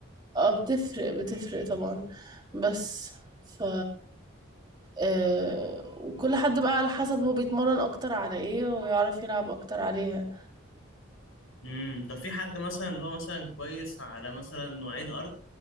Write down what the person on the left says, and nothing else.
امم طب في حد مثلا اللي هو مثلا كويس على مثلا نوعين ارض